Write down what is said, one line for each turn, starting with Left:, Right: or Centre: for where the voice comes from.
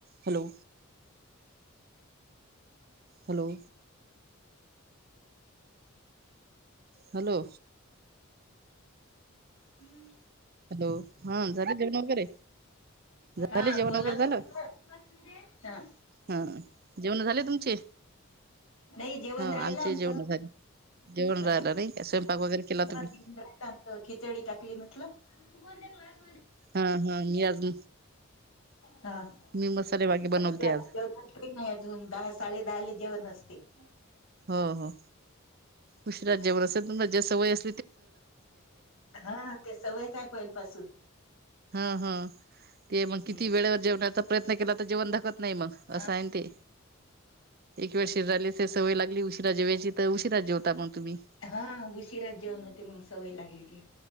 Right: हॅलो. हॅलो. हालो.
Left: हूं!
Right: हॅलो हा झाले जेवन वगैरे. झाले
Left: हा
Right: जेवण
Left: बोला
Right: वगैरे झालं
Left: ना म्हटलं हं!
Right: हा जेवण झाले तुमचे
Left: नाही जेवण
Right: ह आमचे
Left: राहिलं आमचं.
Right: जेवण झाले जेवण
Left: <unintelligible>
Right: राहिलं नाही का स्वयंपाक वगैरे केला तुम्ही
Left: खिचडी टाकली म्हटलं तु कोणत्या क्लास
Right: हा हा मी आज
Left: हा आता
Right: मी मसाले वागे बनवते
Left: बसले आता
Right: आज
Left: जेवणाले टाइम हे आजुन दहा, साडे दहा ले जेवण नसते
Right: हो हो उशीरा जेवणं असते तुमच्या ज्या सवय अस
Left: हा ते सवयच हाय पहिलंपासून
Right: हं हं ते म
Left: हम्म
Right: किती वेळे व जेवणाचा प्रयत्न केला त जेवणं धकत नाही म
Left: हा
Right: असं आहे न ते. एक वेळ शरीराला ते सवय लागली उशिरा जेवायची त उशिरा जेवता मग तुम्ही.
Left: हा उशीराच जेवण होते मग सवय लागली की.